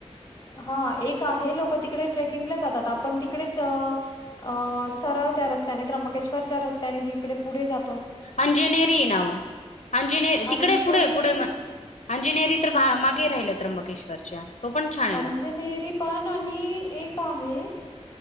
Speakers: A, on the left (about 30°); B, on the left (about 80°).
A: हा एक आहे लोकं तिकडे ट्रेकिंगला जातात आपण तिकडेच अ सरळ त्या रस्त्याने त्र्यंबकेश्वरच्या रस्त्याने जिकडे पुढे जा
B: अंजनेरी नाव अंजने
A: अंजनेरी
B: तिकडे पुढे पुढे म अंजनेरी तर म मागे राहिलं. त्र्यंबकेश्वरच्या. तो पण छान आहे
A: अंजनेरी
B: ना
A: पण आणि एक आहे.